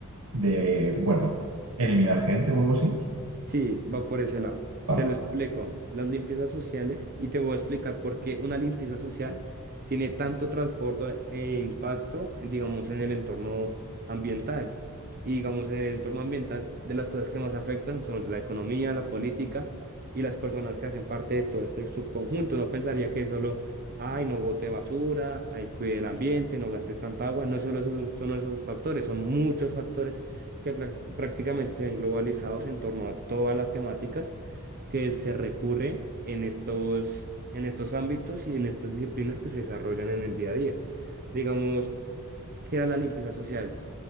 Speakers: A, on the right; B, on the right.
A: de, bueno, eliminar gente o algo así.
B: Sí, va por ese lado.
A: Vale,
B: Te lo explico. Las limpiezas sociales, y te voy a explicar por qué una limpieza social tiene tanto transporte e impacto, eh, digamos, en el entorno ambiental. Y digamos, en el entorno ambiental, de las cosas que más afectan son la economía, la política y las personas que hacen parte de todo este subconjunto. No pensaría que es solo, ay, no bote basura, ay, cuide el ambiente, no gastes tanta agua. No es solo esos, son esos factores, son muchos factores que prac- prácticamente se ven globalizados en torno a todas las temáticas que se recurre en estos, en estos ámbitos y en estas disciplinas que se desarrollan en el día a día. Digamos, que era la limpieza social?